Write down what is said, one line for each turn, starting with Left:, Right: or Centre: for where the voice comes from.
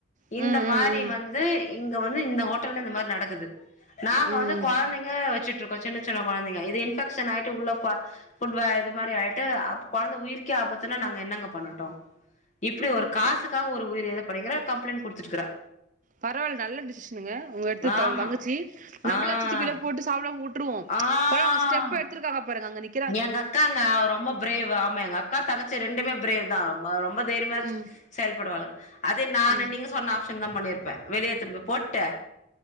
Right: ம்
Left: இந்த மாரி
Right: ம்
Left: வந்து இங்க வந்து இந்த ஹோட்டல்ல இந்த மாரி நடக்குது நாங்க வந்து
Right: ம்
Left: கொழந்தைங்க வச்சுட்டு இருக்கோ சின்ன சின்ன கொழந்தைங்க இது இன்ஃபெக்ஷன் ஆய்ட்டு உள்ள ப ஃபுட் வ இது மாரி ஆய்ட்டு அப்ப கொழந்த உயிர்கே ஆபத்துன்னா நாங்க என்னங்க பண்ணட்டு இப்டி ஒரு காசுக்காக ஒரு உயிர் இது படக்ற கம்ப்ளைண்ட் குடுத்துட்டுக்றா
Right: பரவால்ல நல்ல டிசிஷனுங்க உங்க எடுத்து
Left: ஆமா
Right: தங்கச்சி நம்மளாச்சி
Left: ஆ
Right: எட்த்து கீழ போட்டு சாப்டம உட்ருவோ
Left: ஆ
Right: பரவால்ல அவங்க ஸ்டெப் எடுத்துருக்காங்க பாருங்க அங்க நிக்
Left: எங்க அக்காங்க அவ ரொம்ப பிரேவ் ஆமா எங் அக் கா தங்கச்சி ரெண்டுமே பிரேவ் தா ப ரொம்ப தைரிமா
Right: ம்
Left: செயல்படுவாளுக அதே நானு
Right: ம்
Left: நீங்க சொன்ன ஆ தா பண்ணிருப்ப வெளிய எதுன்னு போய் போட்டு